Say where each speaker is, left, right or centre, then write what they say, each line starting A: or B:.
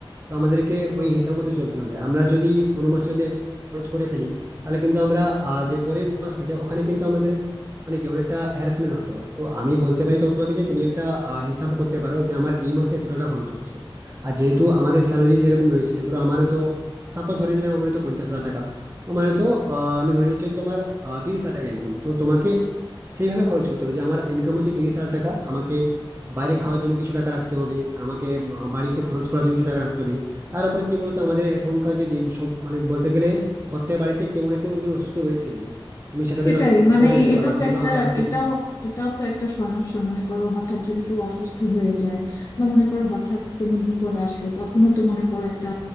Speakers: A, on the right (about 25°); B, on the left (about 35°).
A: তো আমাদেরকে ওই হিসাব মতো চলতে হবে আমরা যদি কোনো মাসে যদি খরচ করে ফেলি তাহলে কিন্তু আমরা আহ, যে পরের মাস থাকে ওখানে কিন্তু আমাদের মানে কি অনেকটা হ্যারাসমেন্ট হতে হয় তো আমি বলতে পারি তোমাকে যে তুমি একটা আহ, হিসাব করতে পারো যে আমার এই মাসে এত টাকা খরচ হচ্ছে আর যেহেতু আমাদের স্যালারি যেরকম রয়েছে ধরো আমারও তো সাপোজ ধরে নিলাম আমার তো পঞ্চাশ হাজার টাকা তোমার হয়তো আহ, আমি ধরে নিচ্ছি হয়তো তোমার আহ, তিরিশ হাজার টাকা ইনকাম তো তোমাকে সেইভাবে খরচ করতে হবে যে আমার ইনকাম হচ্ছে তিরিশ হাজার টাকা আমাকে বাইরে খাওয়ার জন্য কিছু টাকা রাখতে হবে আমাকে উম, বাড়িতে খরচ করার জন্য কিছু টাকা রাখতে হবে তার উপরে কি বলতো আমাদের এখনকার যে দিন সব মানে বলতে গেলে প্রত্যেক বাড়িতে কেউ না কেউ একজন অসুস্থ রয়েছেনই তুমি সেক্ষেত্রে
B: সেটাই
A: লক্ষ্য
B: মানে
A: করে দেখতে
B: এটাও
A: পারো
B: তো
A: যেহেতু
B: একটা
A: আমার বাড়িতে
B: এটাও এটাও তো একটা সমস্যা মনে করো হঠাৎ যদি কেউ অসুস্থ হয়ে যায় বা মনে করো হঠাৎ কোনো বিপদ আসলো তখনও তো মনে করো একটা